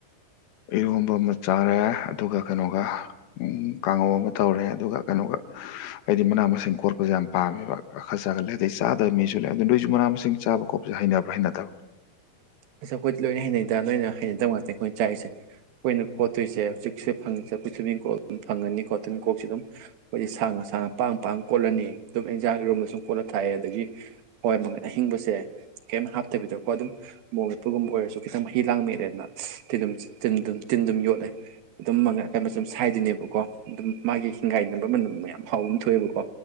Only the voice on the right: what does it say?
ꯑꯁ ꯑꯩꯈꯣꯏꯗꯤ ꯂꯣꯏꯅ ꯍꯩꯅꯩꯗ ꯅꯣꯏꯅ ꯍꯩꯅꯗꯕ ꯉꯥꯛꯇꯦ ꯑꯩꯈꯣꯏꯅ ꯆꯥꯏꯔꯤꯁꯦ ꯑꯩꯈꯣꯏꯅ ꯀꯣꯠꯇꯣꯏꯁꯦ ꯍꯧꯖꯤꯛꯁꯦ ꯐꯪꯉꯤꯁꯦ ꯑꯩꯈꯣꯏ ꯁ꯭ꯤꯝꯃꯤꯡ ꯀꯣꯛ ꯑꯗꯨꯝ ꯐꯪꯉꯅꯤ ꯀꯣꯇꯤꯟ ꯀꯣꯛꯁꯦ ꯑꯗꯨꯝ ꯑꯩꯈꯣꯏꯗꯤ ꯁꯥꯡꯉ ꯁꯥꯡꯉ ꯄꯥꯡ ꯄꯥꯡ ꯀꯣꯠꯂꯅꯤ ꯑꯗꯨꯝ ꯑꯦꯟꯖꯥꯡꯒꯤꯔꯣꯝꯗ ꯁꯨꯝ ꯀꯣꯠꯂ ꯊꯥꯛꯑꯦ ꯑꯗꯒꯤ ꯍꯋꯥꯏ ꯃꯒꯜ ꯑꯍꯤꯡꯕꯁꯦ ꯀꯩꯝ ꯍꯥꯞꯇꯕꯤꯗꯀꯣ ꯑꯗꯨꯝ ꯃꯣꯔꯣꯛ ꯃꯦꯠꯄꯒꯨꯝꯕ ꯑꯣꯏꯔꯁꯨ ꯈꯤꯇꯪ ꯃꯍꯤ ꯂꯥꯡ ꯅꯦꯛꯛꯑꯦꯗꯅꯤꯟꯝ ꯇꯤꯟ ꯑꯗꯨꯝ ꯇꯤꯟ ꯑꯗꯨꯝ ꯌꯣꯠꯂꯦ ꯑꯗꯨꯝ ꯀꯩꯅꯣ ꯁꯨꯝ ꯁꯥꯏꯗꯣꯏꯅꯦꯕꯀꯣ ꯑꯗꯨꯝ ꯃꯥꯒꯤ ꯍꯤꯡꯒꯥꯏꯅꯕ ꯃꯅ ꯃꯌꯥꯝ ꯍꯥꯎ ꯑꯃ ꯊꯣꯛꯑꯦꯕꯀꯣ